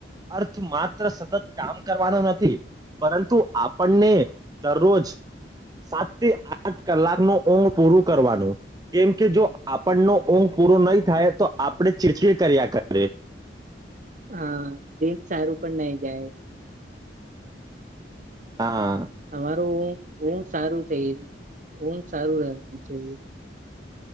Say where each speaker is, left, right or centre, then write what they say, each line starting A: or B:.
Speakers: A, on the right; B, on the right.
A: અર્થ માત્ર સતત કામ કરવાનો નથી પરંતુ આપણને દરરોજ સાત થી આઠ કલાકનો ઊંઘ પૂરું કરવાનું કેમ કે જો આપણનો ઊંઘ પૂરો નહીં થાય તો આપણે ચીરચીડ કર્યા કરે
B: હા દિન સારું પણ નાઈ જાય
A: હા
B: તમારું હ સારું થઈ સારું રહે